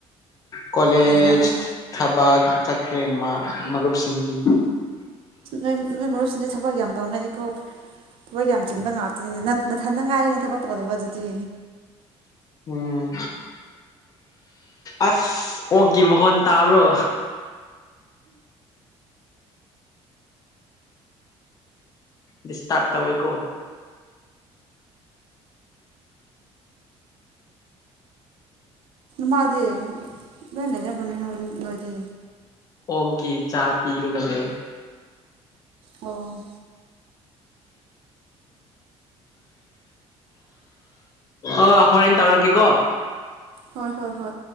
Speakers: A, on the left; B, on the right.
A: ꯀꯂꯦꯖ
B: ꯂꯩꯔꯝꯅꯤ
A: ꯊꯕꯛ ꯆꯠꯈ꯭ꯔꯦ ꯃꯔꯨꯞꯁꯤꯡꯗꯤ꯫
B: ꯅꯣꯏ ꯅꯣꯏ ꯃꯔꯨꯞꯁꯤꯡꯗꯤ ꯊꯕꯛ ꯌꯥꯝ ꯇꯧꯅꯩ꯫ ꯀꯣ ꯊꯧꯕꯒꯤ꯫ ꯆꯤꯟꯕ ꯉꯥꯛꯇꯅꯤꯅꯦ ꯅꯊꯟꯗ ꯉꯥꯏꯔꯦꯅꯦ ꯊꯕꯛ ꯇꯧꯗꯕ ꯑꯗꯨꯗꯤ꯫
A: ꯎꯝ ꯑꯁ ꯑꯣꯛꯀꯤ ꯃꯈꯣꯟ ꯇꯥꯕ꯭ꯔꯣ꯫ ꯗꯤꯁꯇꯥꯔꯕ ꯇꯧꯋꯦꯀꯣ꯫
B: ꯇꯥꯗꯦ꯫ ꯂꯩꯔ ꯅꯨ ꯅꯣꯏꯗꯤ꯫
A: ꯑꯣꯛꯀꯤ ꯆꯥꯛ ꯄꯤꯔꯒ ꯂꯩ꯫
B: ꯑꯣ꯫
A: ꯑꯣ ꯍꯣꯔꯦꯟ ꯇꯧꯔꯒꯦꯀꯣ꯫
B: ꯍꯣꯏ ꯍꯣꯏ ꯍꯣꯏ꯫